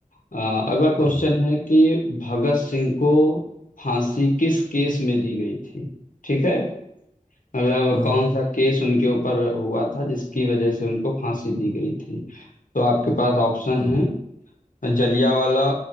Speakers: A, on the left; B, on the right.
A: अ, अगला क्वेश्चन
B: हाँ
A: है कि भगत सिंह को फांसी किस केस में दी गई थी ठीक है मतलब
B: हाँ
A: कौन
B: हाँ
A: सा केस उनके ऊपर हुआ था जिसकी वजह से उनको फांसी दी गई थी तो आपके पास ऑप्शन
B: हाँ
A: है जलियांवाला